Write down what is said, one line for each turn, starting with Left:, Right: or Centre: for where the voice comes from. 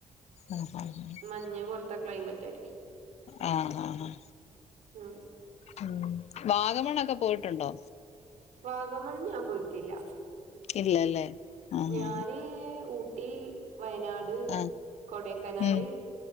Left: ആഹ് ആഹ്
Right: മഞ്ഞ് പോലത്തെ ക്ലൈമറ്റ് ആയിരിക്കും
Left: ആഹ് ആഹ് ആഹ്
Right: ഉം
Left: ഉം വാഗമണൊക്കെ പോയിട്ടുണ്ടോ
Right: വാഗമൺ ഞാൻ പോയിട്ടില്ല
Left: ഇല്ലല്ലേ ആഹ്
Right: ഞാന് ഊ ഊട്ടി വയനാട്
Left: ആഹ്
Right: കൊടൈക്കനാല്
Left: ഉം